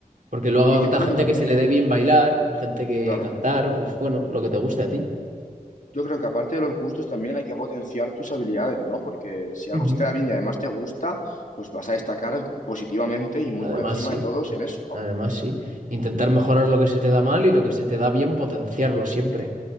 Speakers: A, on the right; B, on the left.
A: Porque luego
B: Y
A: habrá
B: yo creo
A: gente
B: que también,
A: que se le dé bien bailar, gente que
B: claro.
A: cantar, pues bueno, lo que te guste a ti.
B: Yo creo que aparte de los gustos también hay que potenciar tus habilidades, ¿no? Porque si algo
A: Ujú.
B: se te da bien y además te gusta, pues vas a destacar positivamente y muy
A: Además,
B: por encima
A: sí,
B: de todos en eso, ¿no?
A: además, sí. Intentar mejorar lo que se te da mal y lo que se te da bien, potenciarlo siempre.